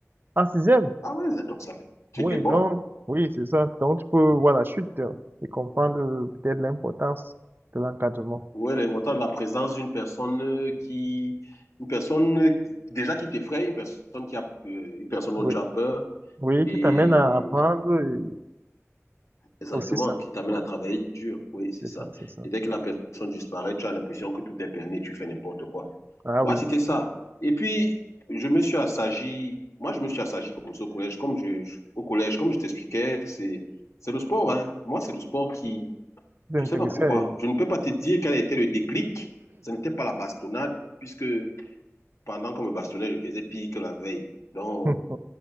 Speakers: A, on the right; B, on the left.
A: en sixième.
B: ah ouais, donc ça fait... Tu
A: Oui,
B: étais bon.
A: donc, oui, c'est ça. Donc, tu peux voir la chute hein, et comprendre euh, peut-être l'importance de l'encadrement.
B: Oui, l'importance de la présence d'une personne euh, qui... Une personne euh, déjà qui t'effraie, une personne qui a... euh, une personne dont
A: Oui,
B: tu as peur
A: oui,
B: et
A: qui t'amène à apprendre et
B: Exactement,
A: aussi ça.
B: qui t'amène
A: Oui,
B: à travailler dur. Oui, c'est
A: c'est
B: ça.
A: ça, c'est ça.
B: Et dès que la personne disparaît, tu as l'impression que tout est permis et tu fais n'importe quoi.
A: Ah
B: Moi,
A: oui,
B: c'était ça. Et puis, je me suis assagi. Moi, je me suis assagi comme ça au collège. Comme je, je- au collège, comme je t'expliquais, c'est, c'est le sport, hein. Moi, c'est le sport qui,
A: c'est
B: je
A: intéressant.
B: sais pas pourquoi.
A: et-
B: Je ne peux pas te dire quel a été le déclic. Ce n'était pas la bastonnade, puisque pendant qu'on me bastonnait, je faisais pire que la veille. Donc,
A: <laughs>